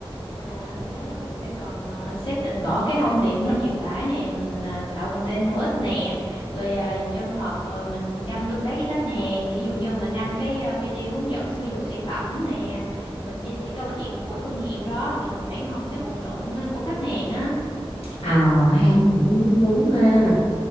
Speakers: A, on the left; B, on the left.
A: À, tôi thấy là mình phải cần ờ, xác định rõ cái thông điệp muốn truyền tải nè, mình ờ, tạo content hữu ích nè, rồi ờ, chân thật, rồi mình chăm tương tác với khách hàng, Rồi ví dụ như mình đăng cái ờ, video hướng dẫn sử dụng sản phẩm nè, rồi mình chia sẻ câu chuyện của thương hiệu đó, hoặc là mình phản hồi mấy cái bình luận ờ, của khách hàng á.
B: ờ ha cũng đúng ha